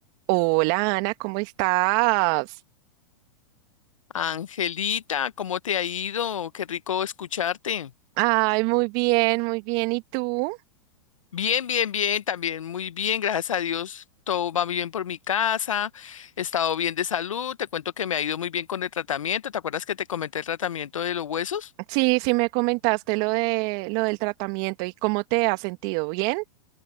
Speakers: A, on the right (about 45°); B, on the left (about 80°).
A: Hola Ana, ¿cómo estás?
B: Angelita, ¿cómo te ha ido? Qué rico escucharte.
A: Ay, muy bien, muy bien. ¿Y tú?
B: Bien, bien, bien, también muy bien, gracias a Dios. Todo va bien por mi casa, he estado bien de salud, te cuento que me ha ido muy bien con el tratamiento. ¿Te acuerdas que te comenté el tratamiento de los huesos?
A: Sí, sí me comentaste lo de lo del tratamiento y cómo te has sentido. ¿Bien?